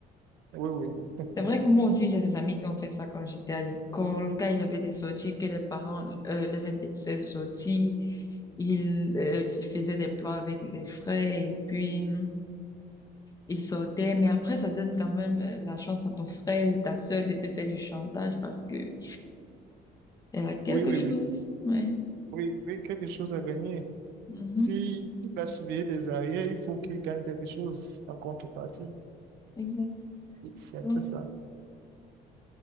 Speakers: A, on the right; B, on the left.
A: Oui, oui. <laughs>
B: C'est vrai que moi aussi, j'ai des amis qui ont fait ça quand j'étais à l'école, quand il y avait des sorties, que les parents euh, les interdisaient de sortir, ils euh, f- faisaient des plans avec les frais et puis. ils sortaient, mais après, ça donne quand même euh, la chance à ton frère ou ta sœur de te faire du chantage parce que elle a quelque
A: Oui, oui,
B: chose.
A: oui.
B: Ouais.
A: Oui, oui, quelque chose à gagner.
B: Mhm.
A: Si il va surveiller des arrières, il faut qu'il gagne quelque chose en contrepartie.
B: Exact.
A: Oui, C'est un
B: Donc,
A: peu ça.